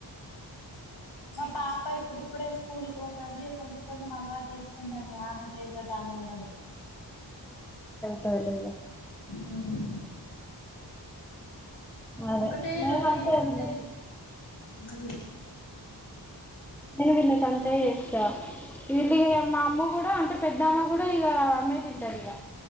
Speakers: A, on the left; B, in the centre.
A: మా పాప ఇప్పుడిప్పుడే స్కూల్కి పోతుంది కొంచెం కొంచెం అలవాటు చేసుకుంటాంది ఆమె చేయతోటి ఆమె వెలడు
B: పారెల్దు గా
A: ఉమ్
B: అదే
A: ఒకటే
B: నేను
A: లల్లి
B: అంతే
A: ఒకటే
B: వీళ్ళకి
A: ఉమ్
B: నను విన్న సంతయి డా వీళ మా అమ్మ కూడా అంటే పెద్ద అమ్మ కూడా ఇక అమ్మే తింటారు ఇక